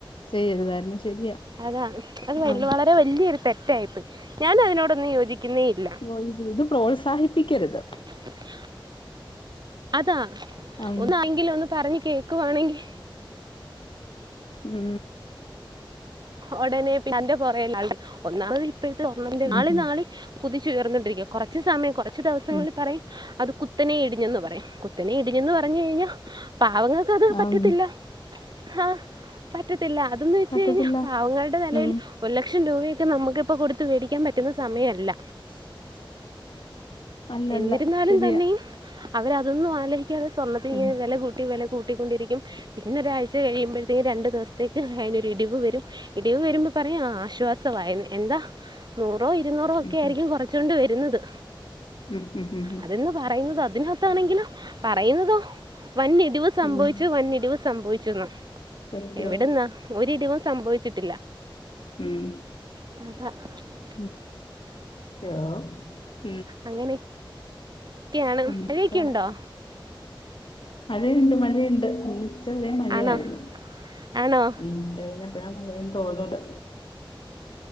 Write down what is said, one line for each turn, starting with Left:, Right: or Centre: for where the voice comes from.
Left: ചെയ്യരുതായിരുന്നു ശരിയാ
Right: അതാ അത് വല്യ
Left: ആ
Right: വളരേ ളരെ വല്യോരു തെറ്റായിപ്പോയി. ഞാന അതിനോടൊന്നും യോജിക്കുന്നേയില്ല
Left: ഇ ഇത് പ്രോത്സാഹിപ്പിക്കരുത്
Right: <inaudible> അതാ
Left: ഉം
Right: ഒന്നാങ്കിലും ഒന്ന് പറഞ്ഞ് കേൾക്കുവാണെങ്കിൽ
Left: ഉം
Right: ഉടനെ അതിന്റെ പുറകേ ഒന്നാമത് ഇപ്പോഴത്തെ ഓണ്ണമെറ് നാള
Left: ഉം ഉം
Right: നാളെ കുതിച്ചുയർന്നൊണ്ടിരിക്കും കുറച് സമയം കുറച്ച് ദിവസങ്ങളിൽ
Left: ഉം
Right: പറയും അത് കുത്ത് കുത്തനെ ഇടിഞ്ഞെന്ന് പറയും. കുത്തനെ ഇടിഞ്ഞെന്ന് പറഞ്ഞു കഴിഞ്ഞാൽ പാവങ്ങൾക്ക് അത്
Left: ആം
Right: പറ്റത്തില്ല ആഹ് പറ്റത്തില്ല അതെന്ന് വെച്ച്
Left: പറ്റത്തില്ല
Right: കഴിഞ്ഞാൽ പാവങ്ങളുടെ നിലയിൽ
Left: ഉം
Right: ഒരു ലക്ഷം രൂപയൊക്കെ നമുക്ക് ഇപ്പൊ കൊടുത് മേടിക്കാൻ പറ്റുന്ന സമയമല്ല
Left: <inaudible> അല്ലല്ല
Right: എന്നിരുന്നാലും
Left: ശരിയാ
Right: തന്നെയും അവരതൊന്നും ആലോചിക്കാതെ സ്വർണ്ണത്തിൽ ഇങ്ങനെ
Left: ഉം
Right: വില കൂട്ടി വില കൂട്ടി ട്ടിണ്ടിരിക്ക പിന്നെ ഒരാഴ്ച കഴിയുമ്പോഴത്തേക്കും രണ്ടു ദിവസത്തേക്ക് അതിനൊ ഒരു രണ്ട്ദിവസത്തേക്ക് ഒരിടിവ് വരും ഇടിവ് വരുമ്പോ പറയും ആശ്വാസമായന്ന്. എന്താ നൂറോ ഇരുന്നൂറോ ഒക്കെ
Left: ഉം
Right: ആയിരിക്കും
Left: ഉം
Right: കുറച്ചൊണ്ട് വരുന്നത്
Left: ഉം ഉം ഉം
Right: അതെന്ന് പറയുന്നത് അതിനകത്താണെങ്കിലും പറയുന്നതോ വൻഇടിവ്
Left: ഉം
Right: സംഭവിച്ചു
Left: ഉം
Right: വൻഇടിവ് സംഭവിചുന്ന
Left: സത്യം
Right: എവിടന്ന ഒരിടിവും സംഭവിച്ചിട്ടില്ല
Left: ഉം
Right: ആഹ്
Left: മം
Right: അങ്ങനെ അങ്ങനെയൊക്കെയാണ്
Left: അതൊക്കെയാണ്
Right: മഴയൊക്കെ ഉണ്ടോ
Left: മഴയുണ്ട് മഴയുണ്ട് ഇന്ന് ഉച്ചവരെ മഴയായിരുന്നു.
Right: ആണോ ആണോ
Left: ഉച്ച കഴിഞ്ഞ <unintelligible> തോന്നുന്നുണ്ട്